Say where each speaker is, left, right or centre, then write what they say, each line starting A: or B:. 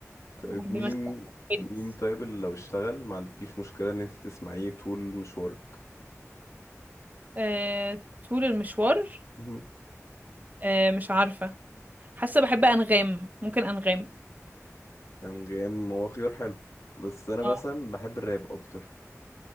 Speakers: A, on the left (about 75°); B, on the right (about 30°).
A: طيب
B: بحب
A: مين
B: مثلا ويجز.
A: مين طيب اللي لو اشتغل ما عندكيش مشكلة ان انت تسمعيه طول مشوارك
B: آه، طول المشوار
A: مهم.
B: آه مش عارفة حاسة بحب أنغام ممكن أنغام
A: انغام هو خيار حلو بس انا مثلا
B: اه
A: بحب الراب اكتر